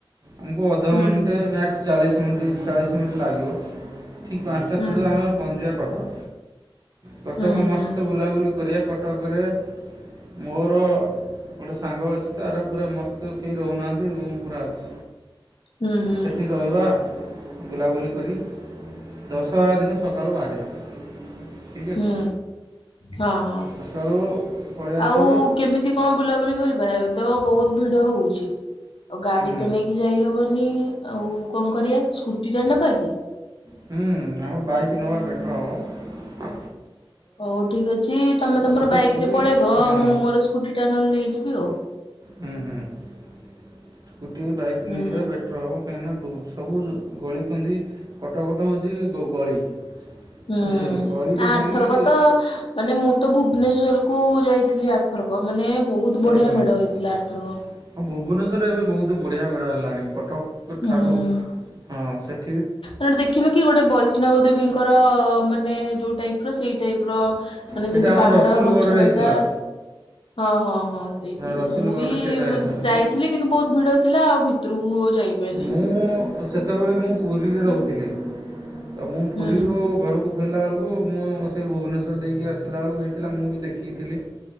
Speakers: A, on the right; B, on the left.
A: ଆମକୁ ଅଧଘଣ୍ଟେ
B: ହୁଁ।
A: ମ୍ୟାକ୍ସ ଚାଲିଶି ମିଣ୍ଟି ଚାଳିଶ ମିନିଟ୍ ଲାଗିବ। ଠିକ୍ ପାଞ୍ଚଟା, ଛଅ
B: ହୁଁ
A: ଟାରେ ଆମେ ପହଁଞ୍ଚିବା କଟକ। କଟକ
B: ହୁଁ
A: ମସ୍ତେ
B: ହୁଁ
A: ବୁଲାବୁଲି କରିବା କଟକରେ। ମୋର ଗୋଟେ ସାଙ୍ଗ ଅଛି ତାର ପୁରା ମସ୍ତ କେହି ରହୁନାହାନ୍ତି, ରୁମ ପୁରା ଅଛି।
B: ହୁଁ ହୁଁ
A: ସେଠି ରହିବା। ବୁଲାବୁଲି କରି ଦଶହରା ଦିନ ସକାଳୁ ବାହାରିବା। ଠିକ୍ ଅଛି
B: ହୁଁ। ହଁ, ହଁ
A: ସକାଳୁ ପଳେଇ ଆସିବେ
B: ଆଉ କେମିତି କଣ ବୁଲାବୁଲି କରିବା। ତ ବହୁତ ଭିଡ ହଉଛି। ଆଉ ଗାଡି
A: ହୁଁ
B: ତ ନେଇକି ଯାଇହବନି। ଆଉ କଣ କରିବା? ସ୍କୁଟି ଟା ନେବା କି?
A: ହୁଁ ଆମର ବାଇକି ନବା ବେଟର ହବ।
B: ହଉ ଠିକ୍ ଅଛି। ତମେ ତମର
A: ଗୋଟେ
B: ବାଇକ
A: ସ୍କୁଟି
B: ରେ ପଳେଇବ।
A: ହଁ
B: ମୁଁ ମୋର ସ୍କୁଟି ଟା ନହେଲେ ନେଇଯିବି ଆଉ।
A: ହୁଁ ହୁଁ। ସ୍କୁଟି ବାଇକ୍
B: ହୁଁ
A: ନେଇଯିବା ବେଟର ହବ କାହିଁକିନା ସବୁ- ଗଳିକନ୍ଦି କଟକଥ ହଉଛି ଗଳି-
B: ହୁଁ।
A: ବୁଝିଲେ ଗଳିରେ
B: ଆଥରକ
A: ବୁଲିକି
B: ତ ମାନେ ମୁଁ ତ- ଭୁବନେଶ୍ୱରକୁ ଯାଇଥିଲି ଆରଥରକ ମାନେ- ବହୁତ ବଢିଆ
A: ଓହୋ। ଆଉ
B: ମେଢ ହେଇଥିଲା ଆରଥରକ।
A: ଭୁବନେଶ୍ୱରରେ ଏବେ ବହୁତ ବଢିଆ ମେଳ ହେଲାଣି। କଟକ-
B: ହୁଁ
A: ଠାରୁ ହଁ ସେଠ-
B: ମାନେ ଦେଖିନୁ କି ଗୋଟେ ବୈଷ୍ଣବ ଦେବୀଙ୍କର- ଅ ମାନେ ଯେଉ ଟାଇପର ସେଇ ଟାଇପର। ମାନେ
A: ସେଇଟା
B: ଯେମିତି
A: ଆମ
B: ପାହାଡ
A: ରସୁଲଗଡ଼ରେ
B: ଗଛଲତା।
A: ହେଇଥିଲା
B: ହଁ ହଁ। ହଁ ସେଇଠି
A: ରସୁଲଗଡ଼ରେ
B: ମୁଁ ବି
A: ସେଇଟା ହେଇଥିଲା
B: ଯାଇଥିଲି କିନ୍ତୁ ବହୁତ ଭିଡ ଥିଲା ଆଉ ଭିତରକୁ ଯାଇପାରିଲିନି।
A: ମୁଁ ସେତେବେଳେ ମୁଁ ପୁରୀରେ ରହୁଥିଲି। ତ ମୁଁ
B: ହୁଁ
A: ପୁରୀରୁ ଘରକୁ ଫେରିଲା ବେଳକୁ ମୁଁ ସେ ଭୁବନେଶ୍ୱର ଦେଇକି ଆସିଲା ବେଳକୁ ହେଇଥିଲା ମୁଁ ବି ଦେଖିଥିଲି।